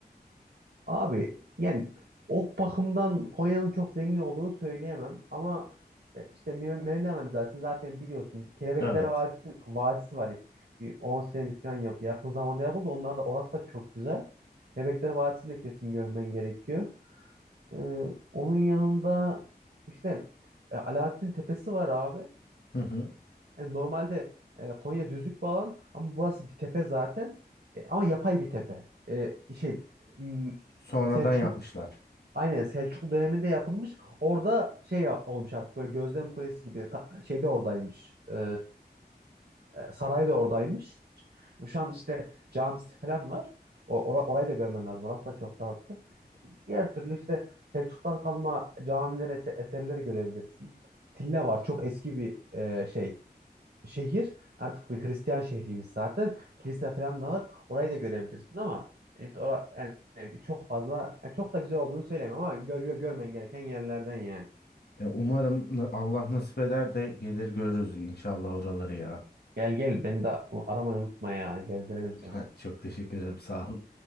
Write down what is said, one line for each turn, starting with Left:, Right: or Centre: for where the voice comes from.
Right: Abi yani o bakımdan Konya'nın çok zengin olduğunu söyleyemem ama e, işte Mev- Mevlana Müzesi'ni zaten biliyorsun. Bir Kelebekler
Left: Evet.
Right: Vadisi, Vadisi var. Bir 10 senelik falan yap- yakın zamanda yapıldı. Onlar da orası da çok güzel. Kelebekler Vadisi'ni de kesin görmen gerekiyor. Ee, onun yanında işte e, Alaaddin Tepesi var abi.
Left: Hı hı.
Right: Yani normalde e, Konya düzlük bir alan ama burası bir tepe zaten. E, ama yapay bir tepe. E, şey m,
Left: Sonradan
Right: Selçuklu
Left: yapmışlar.
Right: aynen Selçuklu döneminde yapılmış. Orada şey ya- olmuş artık böyle gözlem kulesi gibi ta, şey de oradaymış. E, e, saray da oradaymış. Şu an işte camisi falan var. O, ora- orayı da görmen lazım. Orası da çok tatlı. Diğer türlü işte Selçuk'tan kalma camilere, eserleri görebilirsin. Silne var. Çok eski bir e, şey. Şehir. Artık bir Hristiyan şehrimiz zaten. Kilise falan da var. Orayı da görebilirsin ama işte ora, yani bir- çok fazla yani çok da güzel olduğunu söyleyemem ama gö- gö- görmen gereken yerlerden yani.
Left: Ya umarım na- Allah nasip eder de gelir görürüz inşallah oraları ya.
Right: Gel gel beni de aramayı unutma ya. Gezdirelim seni.
Left: <laughs> Çok teşekkür ederim. Sağ ol.